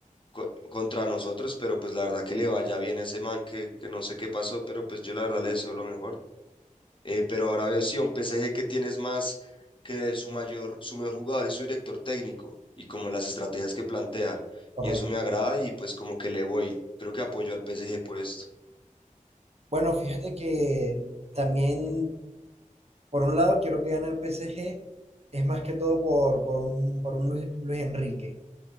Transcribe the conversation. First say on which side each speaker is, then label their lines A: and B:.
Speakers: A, on the left; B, on the right.
A: co- contra nosotros, pero pues la verdad que le vaya bien a ese man que, que no sé qué pasó, pero pues yo la verdad le deseo lo mejor. Eh, pero ahora veo sí, a un PSG que tienes más que su mayor, su mejor jugador es su director técnico y como las estrategias que plantea.
B: Claro,
A: Y eso me agrada y pues como que le voy. Creo que apoyo al PSG por esto.
B: Bueno, fíjate que también, por un lado, quiero que gane el PSG, es más que todo por, por un, por un Luis, Luis Enrique,